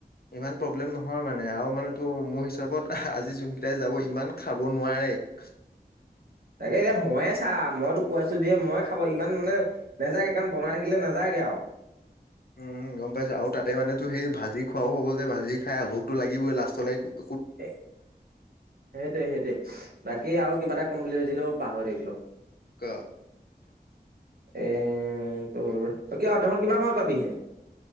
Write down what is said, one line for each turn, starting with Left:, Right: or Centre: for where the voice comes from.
Left: ইমান প্ৰব্লেম নহয় মানে আৰু মানে তোৰ মোৰ হিচাপত আহা আজি যোন কেইটাই যাব ইমান খাব নোৱাৰে। খস্ <unintelligible>
Right: তাকে এতিয়া মইয়ে চা মই তোক কৈ আছো দিয়ে মইয়ে খাব ইমান মানে নেযায়গে কাৰণ বনাই থাকিলে নেযায়গে আৰু
Left: <inaudible> উম, গম পাইছো আৰু তাতে মানে তোৰ সেই ভাজি খোৱাও হ'ব যে ভাজি খাই ভুকটো লাগিবই লাষ্টলে গ
Right: এ সেইটোৱে সেইটোৱে উস বাকী আৰু কিবা এটা কম বুলি ভাবছিলো পাহৰি থাকিলো।
Left: ক
Right: এ এ এ এ এ এত তোৰ। কিয় তহঁত কিমান সময় পাবিহি?